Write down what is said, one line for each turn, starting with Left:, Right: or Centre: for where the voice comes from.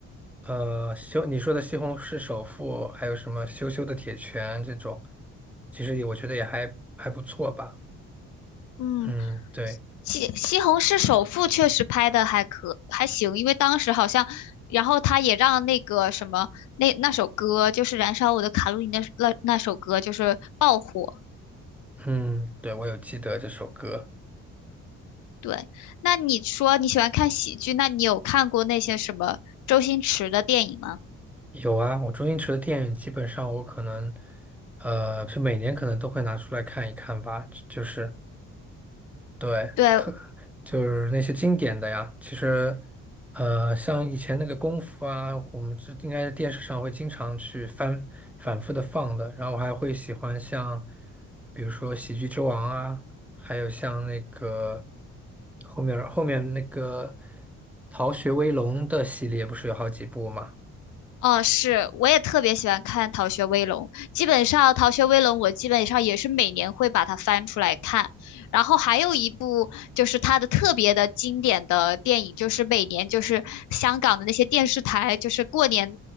Centre: 呃，西你说的《西红柿首富》，还有什么《羞羞的铁拳》这种，其实也我觉得也还还不错吧。
Left: 嗯，
Centre: 嗯，对，
Left: 西西红柿首富确实拍的还可还行，因为当时好像，然后他也让那个什么那那首歌就是《燃烧我的卡路里》那那那首歌就是爆火。
Centre: 嗯，对，我有记得这首歌。
Left: 对，那你说你喜欢看喜剧，那你有看过那些什么周星驰的电影吗？
Centre: 有啊，我周星驰的电影基本上我可能，呃，是每年可能都会拿出来看一看吧，就是对。
Left: 对，
Centre: 就是那些经典的呀。其实，呃，像以前那个功夫啊，我们这应该是电视上会经常去翻反复的放的。然后我还会喜欢像，比如说《喜剧之王》啊，还有像那个后面后面那个《逃学威龙》的系列，不是有好几部嘛？
Left: 哦，是，我也特别喜欢看《逃学威龙》。基本上，《逃学威龙》我基本上也是每年会把它翻出来看。然后还有一部就是它的特别的经典的电影，就是每年就是香港的那些电视台，就是过年